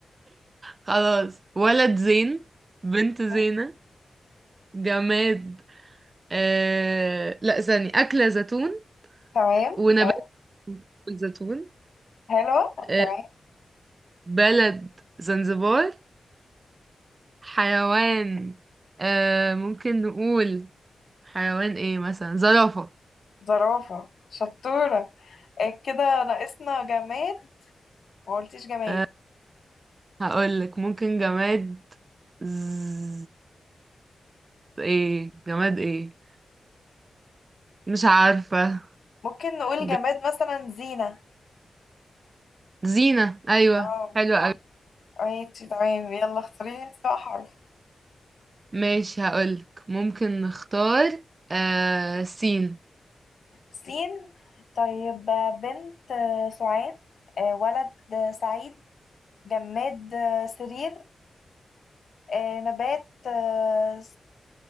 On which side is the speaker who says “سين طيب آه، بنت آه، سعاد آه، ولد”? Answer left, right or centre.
Left